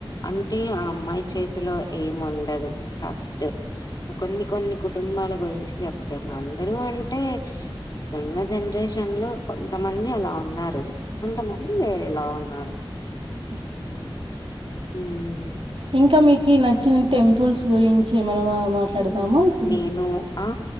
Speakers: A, on the left; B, on the right.
A: అంటే ఆ అమ్మాయి చేతిలో ఏముండదు ఫస్ట్ కొన్ని కొన్ని కుటుంబాలు గురించి చెప్తున్నా అందరూ అంటే ఉన్న జనరేషన్ లో కొంతమంది అలా ఉన్నారు కొంతమంది వేరేలా ఉన్నారు
B: ఓకే
A: మ్మ్
B: ఇంకా మీకి నచ్చిన టెంపుల్స్ గురించి మనము మాట్లాడదమా
A: హ్మ్.
B: ఇప్పుడు
A: నేను ఆ